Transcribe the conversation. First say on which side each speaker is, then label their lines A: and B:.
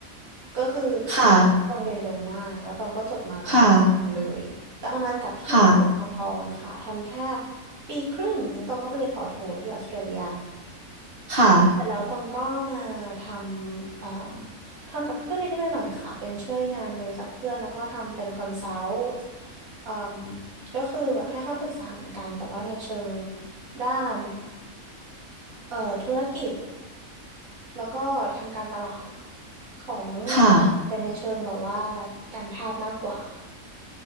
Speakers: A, on the right; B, on the right.
A: ก็คือเราตองเรียนเร็วมากแล้วตองก็จบมาตองก็ทำงานเลยตองทำงานกับที่สหกรณ์ค่ะทำแค่
B: ค่ะค่ะค่ะ
A: ปีครึ่งแล้วตองก็ไปเรียนต่อโทที่ออสเตรเลีย
B: ค่ะ
A: เสร็จแล้วตองก็มาทำเอ่มทำกับเพื่อนนิดๆหน่อยๆค่ะเป็นช่วยงานบริษัทเพื่อนแล้วก็ทำเป็นคอนซัลท์เอ่มก็คือแบบให้คำปรึกษาเหมือนกันแต่ว่าในเชิงด้านเอ่อธุรกิจแล้วก็ทำการตลาดของ
B: ค่ะ
A: เป็นในเชิงแบบว่าการแพทย์มากกว่า